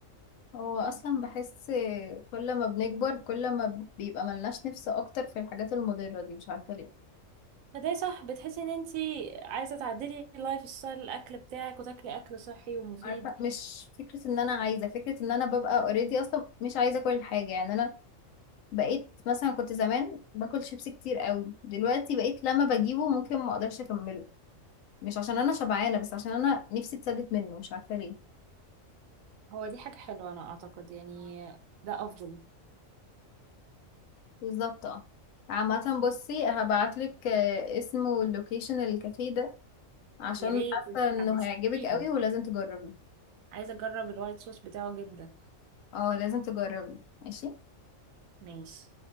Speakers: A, on the left; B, on the right.
A: هو اصلا بحس كل ما بنكبر كل ما بيبقى ملناش نفس اكتر في الحاجات المضرة دي مش عارفة ليه
B: فده صح بتحسي ان انتي عايزه تعدلي اللايف ستايل الاكل بتاعك وتاكلي اكل صحي ومفيد
A: عارفة مش فكرة ان انا عايزة فكرة ان انا ببقى اوريدي اصلا مش عايزة كل حاجة يعني انا بقيت مثلا كنت زمان باكل شيبسي كتير قوي دلوقتي بقيت لما بجيبه ممكن ما اقدرش اكمله مش عشان انا شبعانة بس عشان انا نفسي اتثبت منه مش عارفة ليه
B: هو دي حاجه حلوه انا اعتقد يعني ده افضل
A: بالظبط اه عامة بصي هبعتلك آه، اسمه اللوكيشن الكافيه ده عشان
B: يا ريت
A: حاسة
B: انت
A: انه
B: حمستيني
A: هيعجبك قوي ولازم تجربي
B: عايزه اجرب الوايت صوص بتاعه جدا
A: اه لازم تجربي ماشي
B: ماشي